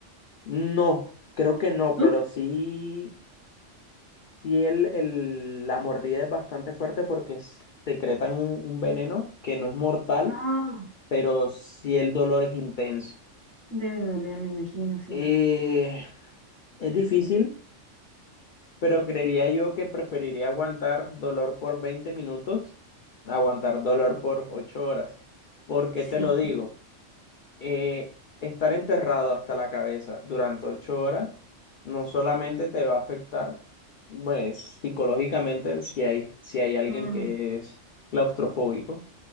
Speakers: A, on the left; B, on the right.
A: No, creo que no,
B: ¿no?
A: pero sí, sí el, el- la mordida es bastante fuerte porque s- secretan un, un veneno que no es mortal,
B: Ah,
A: pero sí el dolor es intenso.
B: debe doler, me imagino, sí.
A: Eh, es difícil. Pero creería yo que preferiría aguantar dolor por 20 minutos, a aguantar dolor por 8 horas. ¿Por qué
B: Sí.
A: te lo digo? Eh, estar enterrado hasta la cabeza durante 8 horas no solamente te va a afectar, pues, psicológicamente si hay, si hay alguien
B: Mm,
A: que es claustrofóbico,